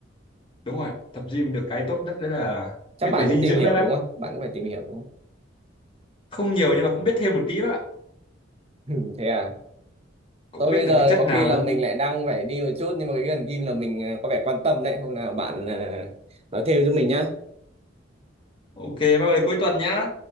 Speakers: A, on the left; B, on the right.
A: đúng rồi tập gym được cái tốt nhất đấy là
B: chắc
A: biết
B: bạn
A: về dinh
B: cũng tìm
A: dưỡng
B: hiểu
A: đấy bác
B: đúng không bạn cũng phải tìm hiểu đúng
A: không nhiều nhưng mà cũng biết thêm một tí bác ạ
B: không <laughs> thế à
A: cũng
B: Thôi
A: biết
B: bây
A: được
B: giờ
A: cái chất
B: có
A: nào
B: khi là mình lại đang phải đi một chút nhưng mà cái gần game là mình ờ, có vẻ quan tâm đấy. Hôm nào bạn ờ, nói thêm cho mình nhá.
A: ok bác ơi cuối tuần nhá